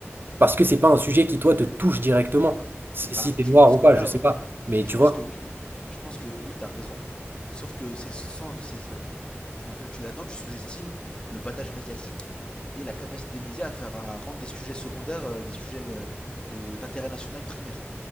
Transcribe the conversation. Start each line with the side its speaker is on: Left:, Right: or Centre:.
Right: parce que c'est pas un sujet qui toi te touche directement. Si,
Left: Bah,
Right: si t'es
Left: je
Right: noir
Left: pense
Right: ou
Left: que
Right: pas,
Left: là,
Right: je sais
Left: euh,
Right: pas. Mais
Left: je
Right: tu
Left: pense
Right: vois.
Left: que oui, je pense que oui, t'as raison. Sauf que c'est sans, c'est- enfin, là, tu là-dedans, tu sous-estimes le battage médiatique et la capacité des médias à faire, à rendre des sujets secondaires euh, des sujets euh, de d'intérêt national primaire.